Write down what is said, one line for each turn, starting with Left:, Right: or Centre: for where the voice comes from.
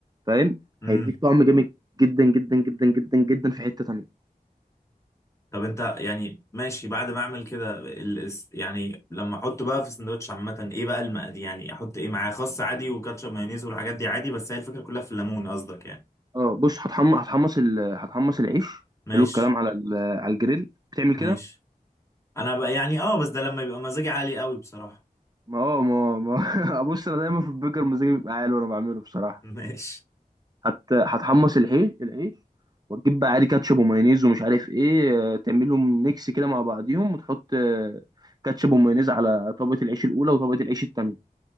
Right: فاهم
Left: امم
Right: هيديك طعم جامد جدا جدا جدا جدا جدا في حتة تانية
Left: طب انت يعني ماشي بعد ما اعمل كده ال... الس- يعني لما احطه بقى في سندوتش عامه ايه بقى المقادير يعني احط ايه معاه خس عادي وكاتشب مايونيز والحاجات دي عادي بس هي الفكره كلها في الليمون قصدك يعني
Right: اه بص هتحمص هتحمص ال... هتحمص العيش
Left: ماشي
Right: حلو الكلام على ال... على الجريل بتعمل
Left: ماشي
Right: كده
Left: انا بقى يعني اه بس ده لما يبقى مزاجي عالي قوي بصراحه
Right: ما اه ما ما <laughs> بص انا دايما في البرجر مزاجي بيبقى عالي وانا بعمله بصراحة
Left: <laughs> ماشي
Right: هت... هتحمص العيش العيش وتجيب بقى عادي كاتشب ومايونيز ومش عارف ايه آه، تعملهم ميكس كده مع بعضيهم وتحط آه، كاتشب ومايونيز على طبقة العيش الأولى وطبقة العيش التانية